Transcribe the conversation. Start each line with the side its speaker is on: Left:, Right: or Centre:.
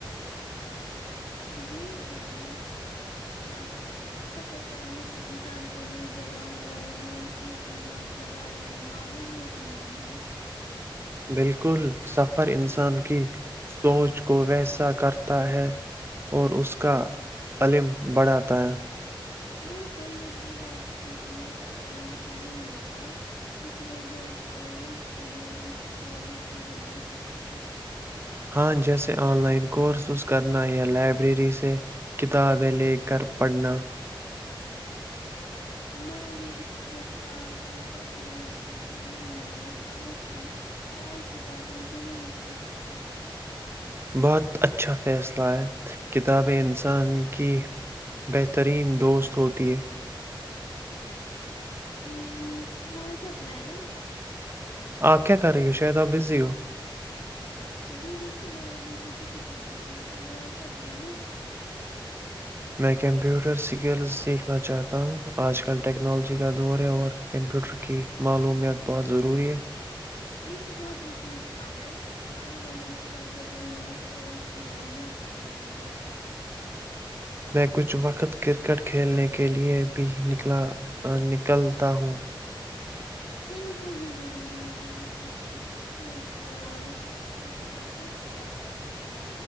Left: جی ہاں ہاں ہاں سفر کرنے سے انسان کو نئی جگہوں اور نئی تہذیبوں کے بارے میں معلوممیت ملتی ہے
Right: بالکل سفر انسان کی سوچ کو ویسا کرتا ہے اور اس کا علم بڑھاتا ہے
Left: بالکل لیکن ہر کسی کے لئے سفر ممکن نہیں ہوتا کچھ لوگ گھر پر رہ کر بھی اپنی چھٹیاں مفید بنا سکتے ہیں
Right: ہاں جیسے آن لائن کورسز کرنا یا لائبریری سے کتابیں لے کر پڑھنا
Left: میں نے اس دفعہ فیصلہ کیا ہے کہ چھٹیوں میں کم از کم پانچ کتابیں ضرور پڑھوں گی
Right: بہت اچھا فیصلہ ہے کتابیں انسان کی بہترین دوست ہوتی ہے
Left: ہ تمہارا کیا پلان ہے
Right: آپ کیا کر رہی ہو شاید آپ بزی ہو؟
Left: جی نہیں میں بزی کسی کے ساتھ نہیں ہوں تمہارا کیا پلان ہے
Right: میں کمپیوٹر سکلز دیکھنا چاہتا ہوں آج کل ٹیکنالوجی کا دور ہے اور کمپیوٹر کی معلومت بہت ضروری ہے
Left: یہ تو بہت مفید کام ہے آنے والے مستقبل میں یہ اسکلس تمہارے بہت کام آئیں گے
Right: میں کچھ وقت کرکٹ کھیلنے کے لیئے بھی نکلا نکلتا ہوں
Left: کھیل کود بھی ضروری ہے اس سے صحت اچھی رہتی ہے اور انسان فٹ بھی رہتا ہے